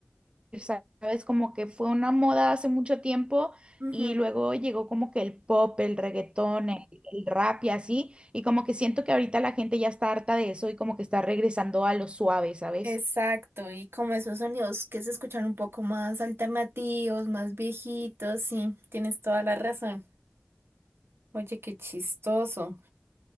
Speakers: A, on the right (about 25°); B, on the right (about 75°).
A: sabes, como que fue una moda hace mucho tiempo
B: Ujú,
A: y luego llegó como que el pop, el reggaetón, el, el rap y así, y como que siento que ahorita la gente ya está harta de eso y como que está regresando a lo suave, ¿sabes?
B: Exacto, y como esos sonidos que se escuchan un poco más alternativos, más viejitos, sí, tienes toda la razón. Oye, qué chistoso.